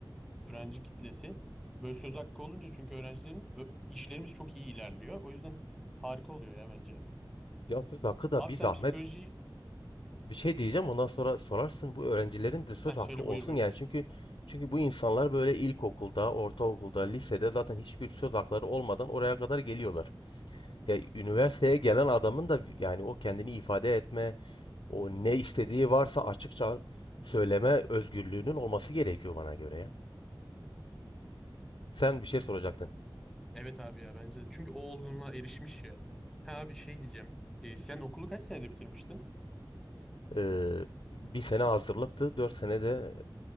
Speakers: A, in the centre; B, on the left.
A: öğrenci kitlesi böyle söz hakkı olunca çünkü öğrencilerin ö- işlerimiz çok iyi ilerliyor. O yüzden harika oluyor ya bence.
B: Ya söz hakkı da
A: Abi
B: bir zahmet
A: sen psikoloji...
B: bir şey diyeceğim ondan sonra sorarsın bu öğrencilerin de söz
A: Heh,
B: hakkı
A: söyle
B: olsun
A: buyur buyur.
B: yani çünkü çünkü bu insanlar böyle ilkokulda, ortaokulda, lisede zaten hiçbir söz hakları olmadan oraya kadar geliyorlar. Ya üniversiteye gelen adamın da yani o kendini ifade etme, o ne istediği varsa açıkça söyleme özgürlüğünün olması gerekiyor bana göre ya. Sen bir şey soracaktın.
A: Evet abi ya bence de. Çünkü o olgunluğa erişmiş ya. Ha abi şey diyeceğim. E, sen okulu kaç senede bitirmiştin?
B: Ee, bir sene hazırlıktı, dört sene de